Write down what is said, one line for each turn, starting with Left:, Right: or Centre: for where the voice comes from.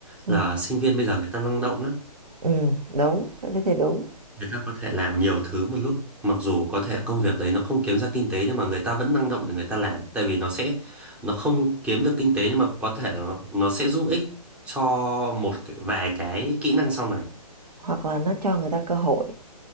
Right: Ừ,
Centre: là sinh viên bây giờ người ta năng động lắm
Right: ừm, đúng, cái đấy thì đúng.
Centre: người ta có thể làm nhiều thứ một lúc mặc dù có thể công việc đấy nó không kiếm ra kinh tế nhưng mà người ta vẫn năng động để người ta làm tại vì nó sẽ nó không kiếm được kinh tế nhưng mà có thể nó, nó sẽ giúp ích cho một cái- vài cái kỹ năng sau này
Right: Hoặc là nó cho người ta cơ hội,